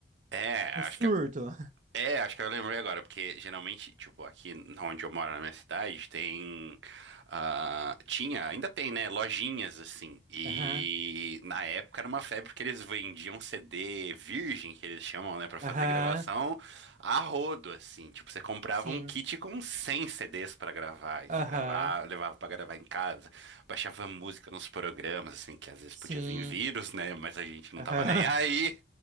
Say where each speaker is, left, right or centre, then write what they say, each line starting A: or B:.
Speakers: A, on the right (about 85°); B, on the right (about 45°).
A: É,
B: o surto.
A: acho que é, acho que eu lembrei agora, porque geralmente, tipo, aqui onde eu moro na minha cidade, tem ah, tinha, ainda tem, né, lojinhas assim. E
B: Aham,
A: na época era uma febre porque eles vendiam CD virgem, que eles chamam, né, pra fazer
B: aham,
A: gravação a rodo assim. Tipo, você comprava
B: sim,
A: um kit com 100 CDs pra gravar, e
B: aham,
A: você gravava, levava pra gravar em casa baixava música nos programas, assim, que às vezes
B: sim.
A: podia vir vírus, né? Mas a gente não
B: Aham.
A: tava nem aí.